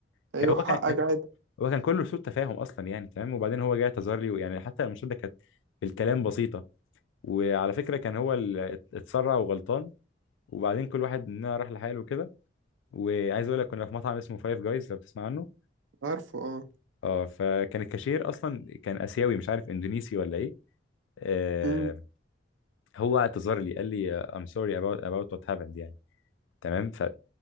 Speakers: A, on the left; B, on the right.
A: كان
B: ايوه
A: هو
B: حقك
A: كان كان-
B: عادي
A: هو كان كله سوء تفاهم اصلا يعني تمام وبعدين هو جاي اعتذر لي ويعني حتى المشاده كانت الكلام بسيطه وعلى فكره كان هو اللي ات- اتسرع وغلطان وبعدين كل واحد مننا راح لحاله كده وعايز اقول لك كنا في مطعم اسمه فايف جايز لو بتسمع عنه
B: عارفه اه
A: اه فكان الكاشير اصلا كان اسيوي مش عارف اندونيسي ولا ايه آه
B: امم
A: هو اعتذر لي قال لي I'm sorry about about what happened يعني تمام فهو